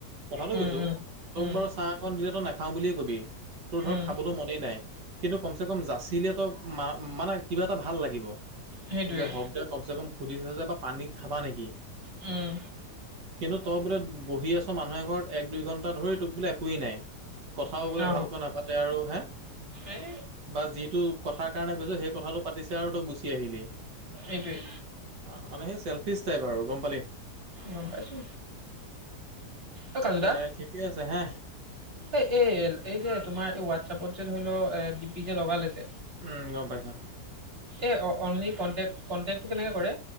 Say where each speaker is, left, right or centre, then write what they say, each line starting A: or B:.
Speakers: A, on the right (about 80°); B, on the right (about 35°).
A: কথাটো
B: উম
A: কৈছোঁ
B: উম
A: তোক
B: উম
A: বাৰু চাহ অকণ দিলেতো নাখাওঁ বুলিয়েই কবি, তোৰ ধৰক
B: উম
A: খাবলৈও মনেই নাই কিন্তু কমচে কম জাচিলেতো। মানে-মানে কিবা এটা ভাল লাগিব
B: সেইটোৱে
A: যে হওক দে কমচে কম সুধিছ যে বা পানী খাবা নেকি?
B: উম।
A: কিন্তু তই বোলে বহি আছ মানুহে ঘৰত, এক- দুই ঘণ্টা ধৰি তোক বোলে একোৱেই নাই। কথাও বলে
B: অ
A: ভালকৈ নাপাতে আৰু হে
B: এই
A: বা যিটো কথাৰ কাৰণে গৈছো সেই কথাটো পাতিছে আৰু তই গুচি আহিলি।
B: সেইটোৱেই।
A: অ মানে সেই চেলফিচ টাইপ আৰু গম পালি?
B: গম পাইছো। অ কাজু
A: দে
B: দা
A: ঠিকেই আছে হে।
B: এই এই এই যে তোমাৰ এই হোৱাটছআপত যে ধৰি লও এ ডিপি যে লগালে যে
A: উম গম পাইছো।
B: এ অ অনলী কণ্টেন্ত কণ্টেন্তটো কেনেকে কৰে।